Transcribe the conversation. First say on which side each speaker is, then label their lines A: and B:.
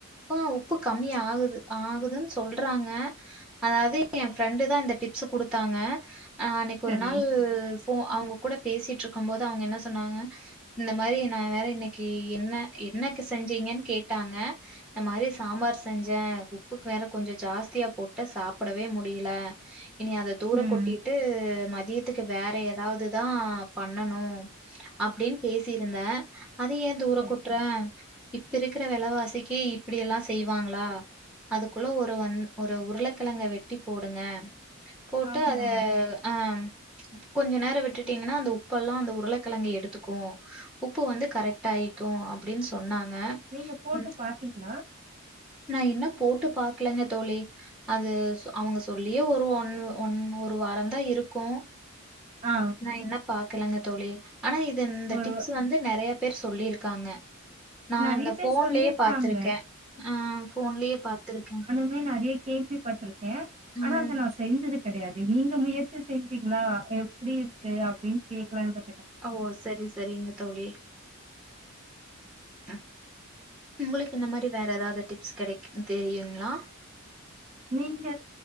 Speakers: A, in the centre; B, on the right.
A: ஆ உப்பு கம்மி ஆகுது ஆகுதுன் சொல்றாங்க அதாவது என் ஃப்ரெண்டு தா இந்த டிப்ஸு குடுத்தாங்க அ அன்னைக்கு
B: சரி
A: ஒரு நாள் போ அவங்க கூட பேசிட்ருக்கம் போது அவங்க என்ன சொன்னாங்க இந்த மாரி நா வேற இன்னைக்கி என்ன என்னக்கு செஞ்சீங்கன் கேட்டாங்க இந்த மாரி சாம்பார் செஞ்ச உப்புக்கு வேற கொஞ்சோ ஜாஸ்தியா போட்டு சாப்டவே முடில இனி அத தூர
B: ம்
A: கொட்டிட்டு மதியத்துக்கு வேற ஏதாவது தா பண்ணணு அப்டின் பேசிருந்தே அத ஏன் தூர
B: சரி
A: கொ ஆ இப்ப இருக்கிற வெலைவாசிக்கு இப்டி எல்லா செய்வாங்களா அதுக்குள்ள ஒரு வந் ஒரு உருளைக்கெழங்க வெட்டி போடுங்க போட்டு
B: ஆமா
A: அது ஆ கொஞ்ச நேரோ விட்டுட்டீங்கன்னா அந்த உப்பெல்லா அந்த உருளைக்கெழங்கு எடுத்துக்கு உப்பு வந்து கரெக்ட் ஆயிக்கும் அப்டின் சொன்னாங்க
B: நீங்க போட்டு
A: ம்
B: பாத்தீங்களா
A: நா இன்னும் போட்டு பாக்லங்க தோழி அது சொ அவங்க சொல்லியே ஒரு ஒன் ஒன் ஒரு வாரந்தா இருக்கு
B: ஆ
A: நா இன்னு பாக்கலங்க தோழி ஆனா இது இந்த
B: ஒரு
A: டிப்ஸ் வந்து நெறைய பேர் சொல்லியிருக்காங்க நா
B: நெறைய
A: அந்த
B: பேர்
A: ஃபோன்லயே
B: சொல்லிருக்காங்க
A: பாத்துருக்கே ஆ ஃபோன்லயே பாத்துருக்கே
B: மே நெறைய கேள்விப்பட்ருக்கே
A: ம்
B: ஆனா அத நா செய்றது கெடையாது நீங்க முயற்சி செஞ்சீங்களா எப்டி இருக்கு அப்டினு கேக்கலான்டு
A: அ ஓ சரி சரிங்க தோழி ம் உங்களுக்கு இந்த மாரி வேற ஏதாவது டிப்ஸ் கெடைக்குதுனு தெரியுங்களா
B: நீங்க